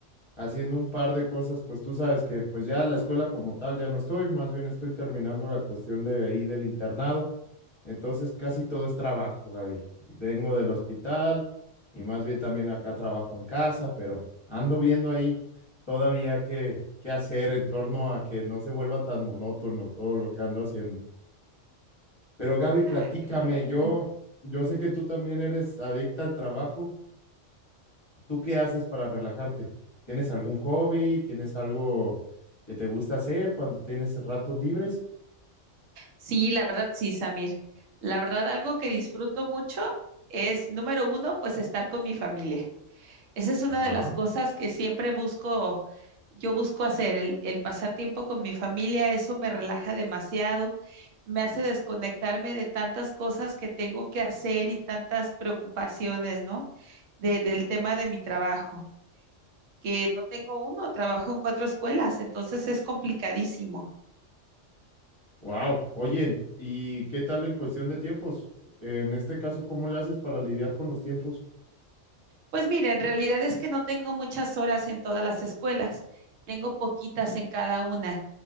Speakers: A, on the left (about 25°); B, on the right (about 80°).
A: haciendo un par de cosas. Pues tú sabes que pues ya la escuela como tal ya no estoy, más bien estoy terminando la cuestión de ahí del internado. Entonces casi todo es trabajo, Gaby. Vengo del hospital y más bien también acá trabajo en casa, pero ando viendo ahí todavía qué, qué hacer en torno a que no se vuelva tan monótono todo lo que ando haciendo. Pero Gaby,
B: Ah,
A: platícame,
B: qué barbaridad.
A: yo, yo sé que tú también eres adicta al trabajo. ¿Tú qué haces para relajarte? ¿Tienes algún hobby? ¿Tienes algo que te gusta hacer cuando tienes ratos libres?
B: Sí, la verdad, sí, Samir. La verdad, algo que disfruto mucho es, número uno, pues estar con mi familia. Esa es una
A: Ajá.
B: de las cosas que siempre busco, yo busco hacer, el, el pasar tiempo con mi familia, eso me relaja demasiado, me hace desconectarme de tantas cosas que tengo que hacer y tantas preocupaciones, ¿no? De- del tema de mi trabajo, que no tengo uno, trabajo en cuatro escuelas, entonces es complicadísimo.
A: Wow. Oye, ¿y qué tal en cuestión de tiempos? En este caso, ¿cómo le haces para lidiar con los tiempos?
B: Pues mira, en realidad es que no tengo muchas horas en todas las escuelas, tengo poquitas en cada una,